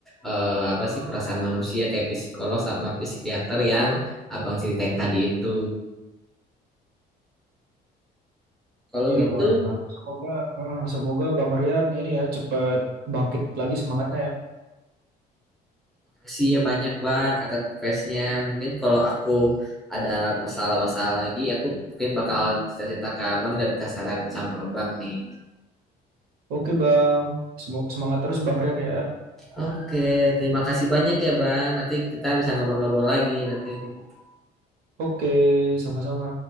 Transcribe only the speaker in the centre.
eh, apa sih perasaan manusia kayak psikolog sama psikiater yang abang ceritain tadi itu. Kalau
gitu,
kasih ya banyak bang atas advice-nya. Mungkin kalau aku ada masalah-masalah lagi, aku mungkin bakal cerita-cerita ke abang dan minta saran sama abang nih.
Oke, terima kasih banyak ya bang. Nanti kita bisa ngobrol-ngobrol lagi. Nanti mungkin